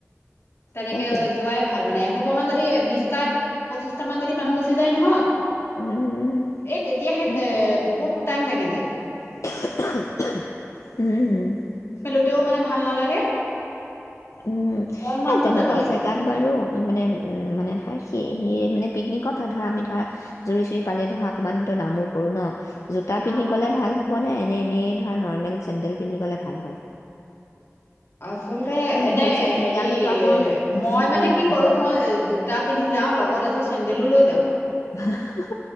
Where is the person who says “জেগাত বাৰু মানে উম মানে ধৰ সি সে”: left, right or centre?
Left